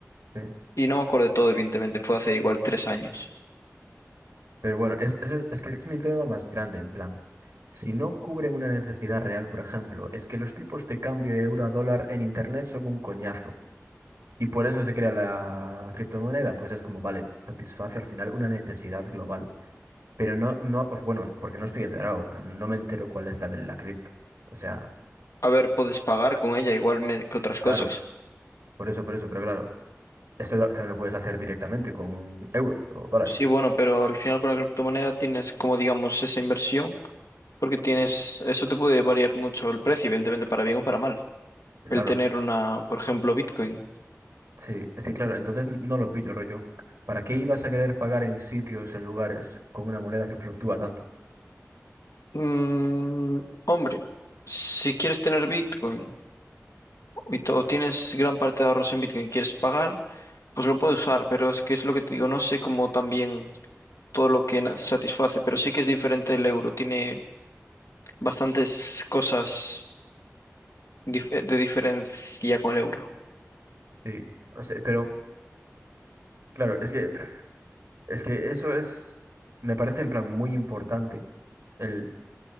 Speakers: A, on the right (about 65°); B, on the left (about 85°).
A: sí.
B: y no me acuerdo de todo, evidentemente, fue hace igual tres años.
A: Pero bueno, es, es, es que ese es mi duda más grande, en plan. Si no cubren una necesidad real, por ejemplo, es que los tipos de cambio de euro a dólar en internet son un coñazo. Y por eso se crea la criptomoneda, pues es como, vale, satisface al final una necesidad global. Pero no, no, pues bueno, porque no estoy enterado, pero no me entero cuál es la de la cripto. O sea,
B: A ver, puedes pagar con ella igual me- que otras
A: claro,
B: cosas.
A: por eso, por eso, pero claro, esto lo- también lo puedes hacer directamente con euros o dólares.
B: Sí, bueno, pero al final con la criptomoneda tienes como digamos esa inversión, porque tienes, eso te puede variar mucho el precio, evidentemente, para bien o para mal.
A: Claro,
B: El tener una, por ejemplo, Bitcoin.
A: Sí, sí, claro, entonces no lo pillo, rollo. ¿Para qué ibas a querer pagar en sitios, en lugares, con una moneda que fluctúa tanto?
B: Mm, hombre, si quieres tener Bitcoin y todo, tienes gran parte de ahorros en Bitcoin, quieres pagar. Pues lo puedo usar, pero es que es lo que te digo, no sé cómo también todo lo que na- satisface, pero sí que es diferente el euro, tiene bastantes cosas dif- eh, de diferencia con el euro.
A: Sí, o sea, pero claro, es que, <laughs> es que eso es, me parece en plan muy importante el,